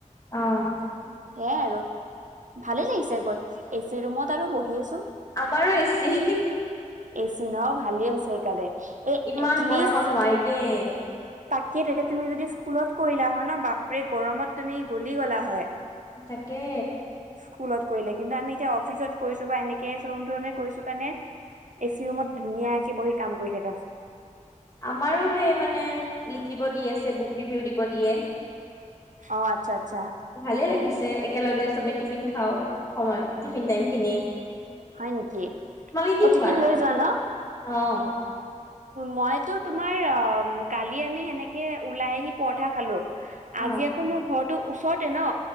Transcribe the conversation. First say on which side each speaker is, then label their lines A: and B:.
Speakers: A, on the left; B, on the right.
A: অহ'।
B: সেয়াই আৰু ভালে লাগিছে গৈ, এ চি ৰুমত আৰু বহি আছো
A: আমাৰো এ চি।
B: এ চি ন ভালেই হৈছে সেইকাৰণে, এ
A: ইমান
B: এটলিষ্ট
A: গৰমত নোৱাৰি দেই
B: তাকে তেতিয়া তুমি যদি স্কুলত কৰিলা হয় ন, বাপৰে গৰমত তুমি গলি গ'লা হয়।
A: সঁচাকে।
B: স্কুলত কৰিলে কিন্তু আমি এতিয়া অফিচত কৈছো বা এনেকে চৰুম টৰুমে কৰিছো কাৰাণে এ চি ৰুমত ধুনীয়াকে বহি কাম কৰি থাকা।
A: আমাৰো সেই মানে লিখিব দি আছে, বুক ৰিভিউ দিব দিয়ে।
B: অহ' আচ্ছা। আচ্ছা
A: ভালে লাগিছে একেলগে চবে টিফিন খাওঁ। সময় টিফিন টাইম খিনি
B: হয় নেকি?
A: তোমালোকে কি
B: অহ, টিফিন
A: খোৱা
B: লৈ যোৱা ন।
A: অ
B: মইতো তোমাৰ অহ, কালি আমি সেনেকে ওলাই আহি পৰঠা খালো। আজি
A: অ
B: আকৌ মোৰ ঘৰটো ওচৰতে ন